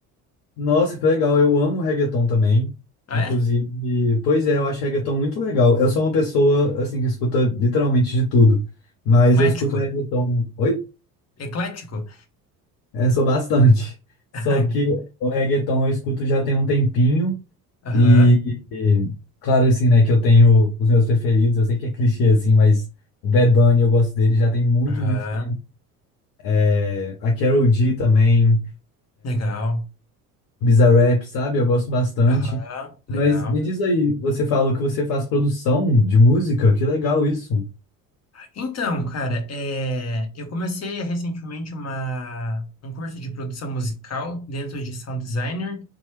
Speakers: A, on the left (about 55°); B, on the left (about 30°).
A: Nossa, que legal. Eu amo reggaeton também.
B: Ah,
A: Inclusive,
B: é?
A: pois é, eu acho reggaeton muito legal. Eu sou uma pessoa, assim, que escuta literalmente de tudo. Mas
B: Eclético?
A: eu escuto reggaeton. Oi?
B: Eclético?
A: Eu sou bastante. <laughs> Só
B: <laughs>
A: que o reggaeton eu escuto já tem um tempinho.
B: Aham.
A: E,
B: Aham.
A: e, claro, assim, né, que eu tenho os meus preferidos. Eu sei que é clichê, assim, mas o Bad Bunny eu gosto dele já tem muito,
B: Aham.
A: muito tempo. É, a Karol G também.
B: Legal.
A: Bizarrap, sabe? Eu gosto bastante.
B: Aham. Legal.
A: Mas me diz aí, você falou que você faz produção de música? Que legal isso.
B: Então, cara, é, eu comecei recentemente uma, um curso de produção musical dentro de sound designer,